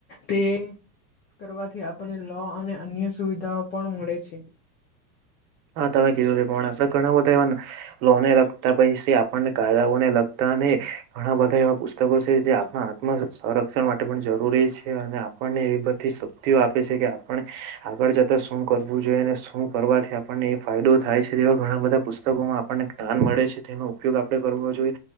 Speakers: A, on the left; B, on the right.
A: તે કરવાથી આપણને લો અને અન્ય સુવિધાઓ પણ મળે છે.
B: હા તમે કીધું તે પણ આપડા ઘણા બધા એવા લોને લગતા પૈસા આપણને કાયદાઓને લગતા ઘણા બધા એવા પુસ્તકો છે જે આપણા આત્મ સંરક્ષણ માટે પણ જરૂરી છે અને આપ ળને એવી બધી શક્તિઓ આપે છે કે આપણે આગળ જતા શું કરવું જોઈએ અને શું કરવાથી આપણને એ ફાયદો થાય છે તેવા ઘણા બધા પુસ્તકોમાં આપણને જ્ઞાન મળે છે તેનો ઉપયોગ આપણે કરવો જોઈએ.